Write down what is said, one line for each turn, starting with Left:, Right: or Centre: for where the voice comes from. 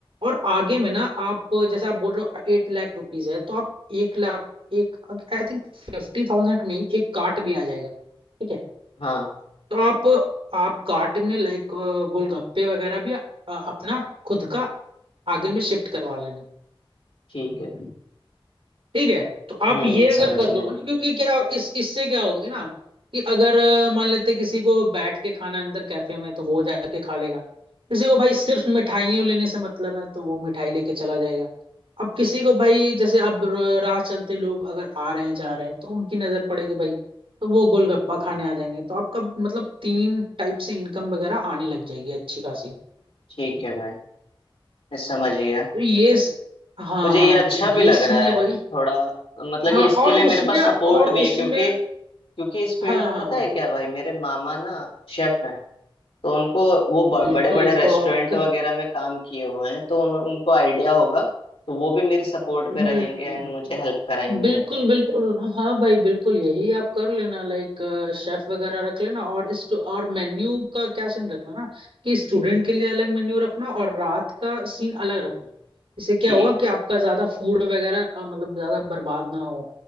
Right: और आगे में ना आप जैसे आप बोल रहे हो एट लाख रुपीज है तो आप एक लाख एक आई थिंक फिफ्टी थाउजेंड में ही एक कार्ट भी आ जाएगा ठीक है
Left: हाँ
Right: तो आप आप कार्ट में लाइक गोलगप्पे वगैरह भी अ, अपना खुद का आगे में शिफ्ट करवा लेना
Left: ठीक है
Right: ठीक है तो आप
Left: हम्म
Right: ये अगर
Left: समझ
Right: कर
Left: गया
Right: दोगे ना क्योंकि क्या इस इससे क्या होगी ना कि अगर अ, मान लेते किसी को बैठ के खाना है अंदर कैफे में तो वो जाके खा लेगा किसी को भाई सिर्फ मिठाइयों लेने से मतलब है तो वो मिठाई लेके चला जाएगा अब किसी को भाई जैसे अब र- राह चलते लोग अगर आ रहे हैं जा रहे हैं तो उनकी नजर पड़ेगी भाई तो वो गोलगप्पा खाने आ जाएंगे तो आपका मतलब तीन टाइप से इनकम वगैरह आने लग जाएगी अच्छी खासी
Left: ठीक है भाई मैं समझ गया
Right: तो ये स- हाँ
Left: मुझे
Right: हाँ
Left: ये अच्छा
Right: तो ये
Left: भी लग
Right: सीन
Left: रहा है
Right: है भाई
Left: थोड़ा मतलब
Right: हाँ
Left: कि इसके
Right: और
Left: लिए
Right: उसमें
Left: मेरे पास सपोर्ट
Right: और
Left: भी
Right: उसमें
Left: है क्योंकि क्योंकि इस फील्ड
Right: हाँ
Left: में
Right: हाँ
Left: पता
Right: हाँ
Left: है क्या भाई मेरे मामा ना शेफ हैं तो उनको वो
Right: बिल्कुल
Left: बड़े बड़े रेस्टोरेंट
Right: तो आप क-
Left: वगैरह में काम किए हुए हैं तो उन, उनको आइडिया होगा तो वो भी मेरी सपोर्ट
Right: हम्म
Left: पे रहेंगे एंड मुझे हेल्प कराएंगे
Right: बिल्कुल बिल्कुल हाँ भाई बिल्कुल यही आप कर लेना लाइक शेफ वगैरह रख लेना और इस और मेन्यू का क्या सीन रखना ना कि स्टूडेंट के लिए अलग मेन्यू रखना और रात का सीन अलग रखना इससे क्या
Left: ठीक
Right: होगा कि आपका ज्यादा फूड वगैरह अ, मतलब ज्यादा बर्बाद ना हो